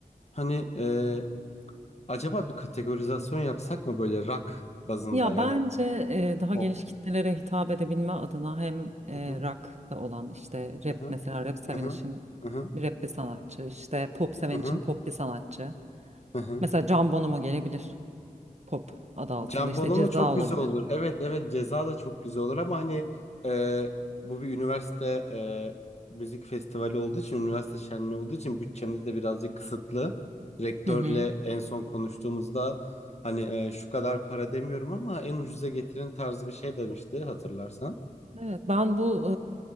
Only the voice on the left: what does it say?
Hani e, acaba bir kategorizasyon yapsak mı böyle rock bazında
ya
da
pop
Aha,
aha,
aha,
aha,
aha,
aha.
Jambon
çok
güzel olur. Evet evet ceza da çok güzel olur ama hani e, bu bir üniversite e, müzik festivali olduğu için üniversite şenliği olduğu için bütçemiz de birazcık kısıtlı. Rektörle
en son konuştuğumuzda hani e, şu kadar para demiyorum ama en ucuza getirin tarzı bir şey demişti hatırlarsan.